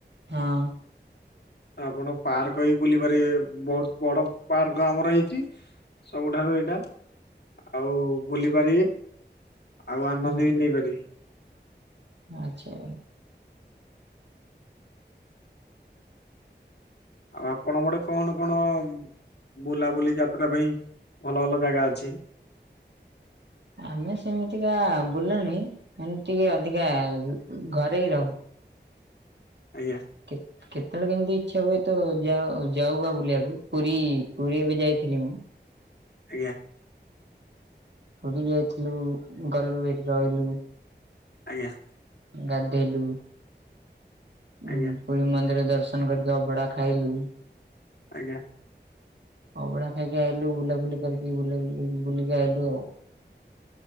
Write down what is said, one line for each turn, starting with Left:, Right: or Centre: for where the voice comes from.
Right: ହଁ।
Left: ଆପଣ ପାର୍କ ବି ବୁଲିପାରିବେ। ବହୁତ ବଡ ପାର୍କ ଆମର ହେଇଚି। ସବୁଠାରୁ ଏଇଟା ଆଉ ବୁଲି ପାରିବେ। ଆଉ ଆନନ୍ଦ
Right: ହୁଁ
Left: ବି ନେଇପାରିବେ।
Right: ଆଚ୍ଛା।
Left: ଆଉ ଆପଣଙ୍କ ଆଡେ କଣ କଣ ବୁଲାବୁଲି ଯାତ୍ରା ପାଇଁ ଭଲ ଭଲ ଜାଗା ଅଛି?
Right: ଆମେ ସେମିତିକା ବୁଲଣି ଏମିତି ଟିକେ ଅଧିକା ଘରେ ରହୁ।
Left: ଆଜ୍ଞା।
Right: ଠିକ୍। କେତେବେଳେ କେମିତି ଇଚ୍ଛା ହୁଏ ତ ଯାଉ ଯାଉ ବା ବୁଲିବାକୁ ପୁରୀ ପୁରୀ ଏବେ ଯାଇଥିଲି ମୁଁ।
Left: ଆଜ୍ଞା।
Right: ପୁରୀ ଯାଇଥିଲୁ ଗଲୁ ସେଠି ରହିଲୁ।
Left: ଆଜ୍ଞା।
Right: ଗାଧେଇଲୁ। ହଁ
Left: ଆଜ୍ଞା
Right: ପୁରୀ ମନ୍ଦିର ଦର୍ଶନ କରିକି ଅଭଡା ଖାଇଲୁ।
Left: ଆଜ୍ଞା।
Right: ଅବଢ଼ା ଖାଇକି ଆଇଲୁ। ବୁଲାବୁଲି କରିକି ବୁଲାବୁଲି କରିକି ବୁଲିକି ଆଇଲୁ ଆଉ।